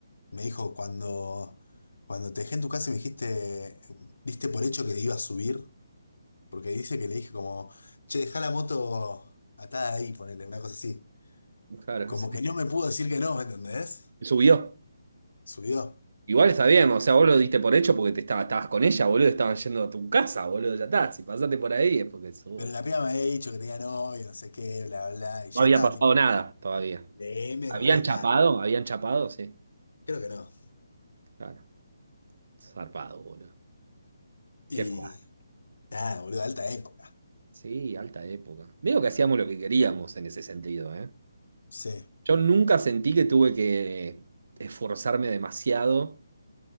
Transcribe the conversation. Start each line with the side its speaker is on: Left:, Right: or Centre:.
Left: Me dijo, cuando, cuando te dejé en tu casa y me dijiste, diste por hecho que iba a subir, porque dice que le dije como, che, dejá la moto atada ahí, ponele, una cosa así.
Right: claro,
Left: Como
Right: sí,
Left: que no me pudo decir que no, ¿me entendés?
Right: subió.
Left: Subió.
Right: Igual está bien, o sea, vos lo diste por hecho porque te estaba, estabas con ella, boludo, estaban yendo a tu casa, boludo, ya está. Si pasaste por ahí es porque sube.
Left: Pero la piba me había dicho que tenía novio, no sé qué, bla, bla, bla. Y yo
Right: No había
Left: estaba
Right: pasado
Left: tipo,
Right: nada todavía.
Left: DM,
Right: ¿Habían
Left: boludo, estaba,
Right: chapado? ¿Habían chapado? Sí,
Left: creo que no.
Right: claro. Zarpado, boludo.
Left: Y
Right: Qué fla-
Left: nada, boludo, alta época.
Right: Sí, alta época. Veo que hacíamos lo que queríamos en ese sentido, ¿eh?
Left: Sí,
Right: Yo nunca sentí que tuve que esforzarme demasiado.